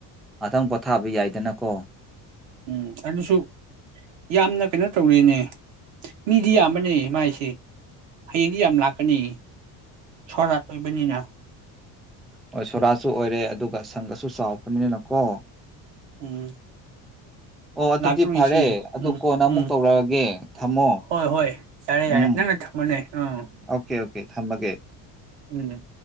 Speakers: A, in the centre; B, on the right.
A: ꯉꯇꯪ ꯄꯣꯊꯥꯕ ꯌꯥꯏꯗꯅꯀꯣ
B: ꯎꯝ ꯑꯗꯨꯁꯨ ꯌꯥꯝꯅ ꯀꯩꯅꯣ ꯇꯧꯔꯤꯅꯦ ꯃꯤꯗꯤ ꯌꯥꯝꯕꯅꯦ ꯃꯥꯏꯁꯦ ꯍꯌꯦꯡꯗꯤ ꯌꯥꯝ ꯂꯥꯛꯀꯅꯤ ꯁꯣꯔꯥꯠ ꯑꯣꯏꯕꯅꯤꯅ
A: ꯍꯣ ꯁꯣꯔꯥꯁꯨ ꯑꯣꯏꯔꯦ ꯑꯗꯨꯒ ꯁꯪꯒꯁꯨ ꯆꯥꯎꯕꯅꯤꯅꯀꯣ
B: ꯎꯝ
A: ꯑꯣ ꯑꯗꯨꯗꯤ
B: ꯂꯥꯛꯇꯣꯔꯤꯁꯤ
A: ꯐꯔꯦ ꯑꯗꯨ
B: ꯎꯝ
A: ꯀꯣꯟꯅ ꯑꯃꯨꯛ
B: ꯎꯝ
A: ꯇꯧꯔꯛꯑꯒꯦ ꯊꯝꯃꯣ
B: ꯍꯣꯏ ꯍꯣꯏ ꯌꯥꯔꯦ ꯌꯥꯔꯦ
A: ꯎꯝ
B: ꯅꯪ <unintelligible>
A: ꯑꯣꯀꯦ ꯑꯣꯀꯦ ꯊꯝꯃꯒꯦ
B: ꯎꯝ